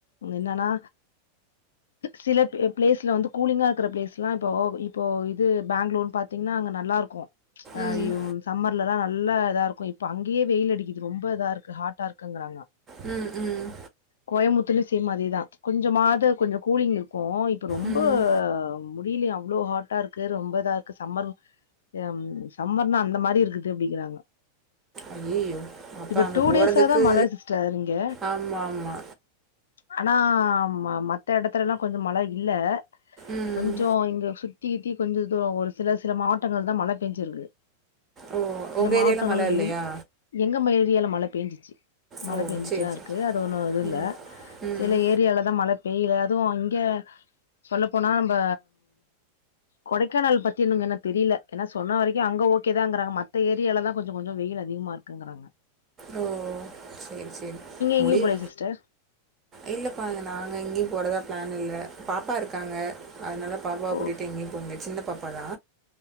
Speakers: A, on the left (about 65°); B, on the right (about 25°).
A: என்னன்னா சில பே பிளேஸ்ல வந்து கூலிங்கா இருக்குற பிளேஸ்லா இப்போ இப்போ இது பேங்ளூர் பாத்தீங்கன்னா அங்க நல்லாருக்கு
B: ம்
A: ஐய்யும் சம்மர்லதா நல்ல இதா இருக்கு இப்ப அங்கயே வெயில் அட் டிக்குது ரொம்ப இதா இருக்கு ஹாட்டா இருக்குங்குறாங்க
B: ம் ம்
A: கோயமுத்துலியு சேம் அதேதா கொஞ்ச மாத கொஞ்ச கூலிங் இருக்கு இப்ப ரொம்ப
B: ம்
A: முடிலியா அவ்ளோ ஹாட்டா இருக்கு ரொம்ப இதா இருக்கு சம்மர் ம் சம்மர்னா அந்த மாரி இருக்குது அப்டிங்கறாங்க
B: ஐயையோ அப்ப
A: இப்ப
B: அங்க
A: டூ
B: போறதுக்கு
A: டேஸாதா மழ சிஸ்டர் இங்க
B: ஆமா ஆமா
A: ஆனா ம மத்த எடத்துலலா கொஞ்ச மழ இல்ல
B: ம்
A: கொஞ்சோ இங்க சுத் த்தி கித்தி கொஞ்சோ தோ ஒரு சில சில மாவட்டங்கள்ள தா மழ பேஞ்சிருக்கு
B: ஓ
A: சில
B: உங்க
A: மாவட்டங்கள்
B: ஏரியால மழ
A: வெயில்
B: இல்லையா
A: எங்கம்ம ஏரியால மழ பேஞ்சிச்சி மழ
B: ஓ
A: பேஞ்சுட்டுதா
B: சேரி சேரி
A: இருக்கு அது ஒண்ணு இது இல்ல
B: ம் ம்
A: சில ஏரியால தா மழ வெயிலாதுவு இங்க சொல்லப்போனா நம்ப கொடைக்கானல் பத்தி இன்னுங்கன்ன தெரில ஏன்னா சொன்ன வரைக்கு அங்க ஓகே தாங்கறாங்க மத்த ஏரியால தா கொஞ்சொ கொஞ்சொ வெயில் அதிகமா இர் க்குங்கறாங்க
B: ஓ சேரி சேரி
A: எங்கயு
B: முடியு
A: போலயா சிஸ்டர்
B: இல்லப்பா நாங்க எங்கியு போறதா பிளான் இல்ல பாப்பா இருக்காங்க அதனால பாப்பாவ
A: ஓ
B: கூட்டிட்டு எங்கேயு போமுடியாத் சின்ன பாப்பாதா